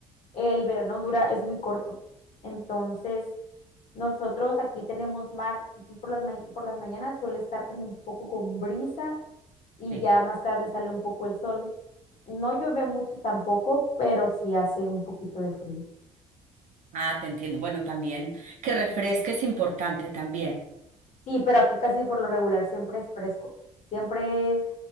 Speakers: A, on the left; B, on the right.
A: el verano dura, es muy corto. Entonces, nosotros aquí tenemos mar, entonces por las, ma- por las mañanas suele estar como un poco con brisa y
B: Sí.
A: ya más tarde sale un poco el sol. No llueve mucho tampoco, pero sí hace un poquito de frío.
B: Ah, te entiendo. Bueno, también que refresque es importante también.
A: Sí, pero aquí casi por lo regular siempre es fresco. Siempre